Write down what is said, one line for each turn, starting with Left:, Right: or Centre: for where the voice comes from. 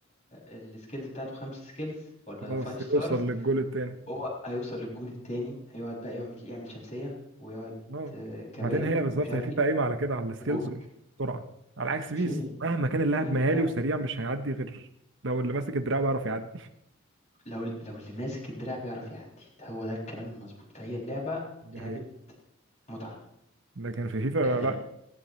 Left: السكيلز بتاعته خمس سكيلز ولا
Right: خلاص
Left: فايف
Right: يوصل
Left: ستارز
Right: للجول التاني
Left: هو هيوصل للجون التاني هيقعد بقى يعمل يعمل شمسيه ويقعد
Right: اه
Left: آه، كباري
Right: بعدين هي بالظبط
Left: ومش عارف
Right: هي فيفا
Left: ايه
Right: قايمه على كده على السكيلز
Left: وجون
Right: والسرعه على عكس بيس
Left: فين
Right: مهما كان اللاعب
Left: فين
Right: مهاري
Left: اللعب
Right: وسريع مش هيعدي غير لو اللي ماسك الدراع بيعرف يعدي
Left: لو لو اللي ماسك الدراع بيعرف يعدي هو ده الكلام المظبوط فهي اللعبة
Right: <laughs> دي
Left: لعبة
Right: حقيقة
Left: متعة
Right: لكن في فيفا
Left: يعني
Right: لا